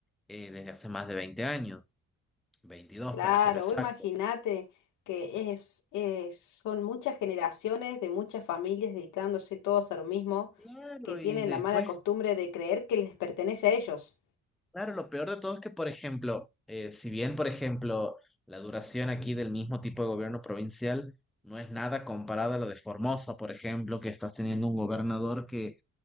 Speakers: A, in the centre; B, on the left.
A: eh, desde hace más de 20 años, 22
B: Claro,
A: para ser exacto.
B: vos imagínate que es, es- son muchas generaciones de muchas familias dedicándose todos a lo mismo,
A: Claro,
B: que tienen
A: y después
B: la mala costumbre de creer que les pertenece a ellos.
A: Claro, lo peor de todo es que, por ejemplo, eh, si bien, por ejemplo, la duración aquí del mismo tipo de gobierno provincial no es nada comparada a lo de Formosa, por ejemplo, que estás teniendo un gobernador que